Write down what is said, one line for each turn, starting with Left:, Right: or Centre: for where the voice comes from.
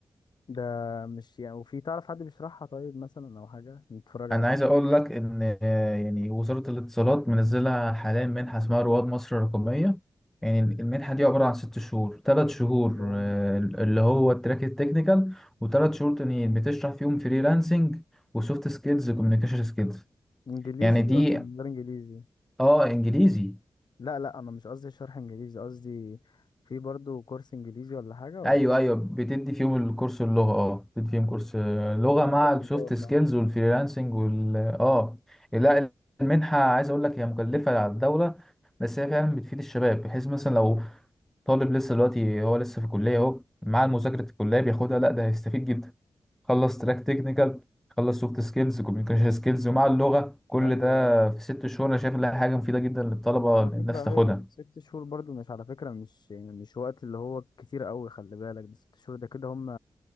Left: ده مش يعني وفي تعرف حد بيشرحها طيب مثلا أو حاجة نتفرج عليه
Centre: انا عايز اقول لك ان آه، يعني وزارة الاتصالات منزلة حاليا منحة اسمها رواد مصر الرقمية يعني المنحة دي عبارة عن ست شهور تلات شهور
Left: جامد
Centre: آه، اللي هو التراك التكنيكال وتلات شهور تانيين بتشرح فيهم فريلانسنج وسوفت سكيلز وكوميونيكيشن سكيلز
Left: إنجليزي
Centre: يعني دي
Left: ولا من غير إنجليزي؟
Centre: اه انجليزي
Left: لا لا أنا مش قصدي شرح إنجليزي قصدي في برضو كورس إنجليزي ولا حاجة ولا
Centre: ايوه ايوه بتدي فيهم الكورس اللغه اه بتدي فيهم كورس آه، لغه
Left: طب ده
Centre: مع
Left: حلو
Centre: السوفت
Left: ده والله
Centre: سكيلز والفريلانسنج وال اه لا المنحه عايز اقول لك هي مكلفه على الدوله بس هي فعلا بتفيد الشباب بحيث مثلا لو طالب لسه دلوقتي هو لسه في الكليه اهو مع مذاكره الكليه بياخدها لا ده هيستفيد جدا خلص تراك تكنيكال خلص سوفت سكيلز كوميونيكيشن سكيلز ومع اللغه كل
Left: ايوه
Centre: ده
Left: ايوه
Centre: في ست شهور انا شايف انها حاجه مفيده جدا للطلبه
Left: وعلى
Centre: ان
Left: فكره
Centre: الناس تاخدها
Left: ايوه ست شهور برضو مش على فكره مش يعني مش وقت اللي هو كتير قوي خلي بالك ده ست شهور ده كده هم